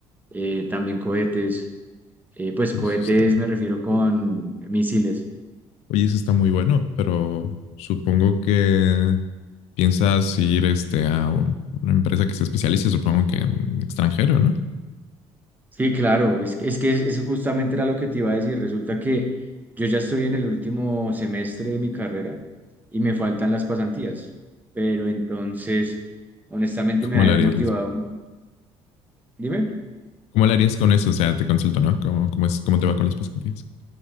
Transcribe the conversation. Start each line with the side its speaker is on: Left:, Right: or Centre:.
Right: eh, también cohetes, eh, pues
Left: Eso
Right: cohetes
Left: está,
Right: me refiero con misiles
Left: oye, eso está muy bueno, pero supongo que piensas ir, este, a una empresa que se especialice, supongo que en extranjero, ¿no?
Right: Sí, claro, es, es que es- eso justamente era lo que te iba a decir. Resulta que yo ya estoy en el último semestre de mi carrera y me faltan las pasantías, pero entonces, honestamente,
Left: ¿Cómo
Right: me ha
Left: lo
Right: desmotivado.
Left: harías
Right: Dime,
Left: ¿Cómo le harías con eso? O sea, te consulto, ¿no? ¿Cómo, cómo es, cómo te va con las pasantías?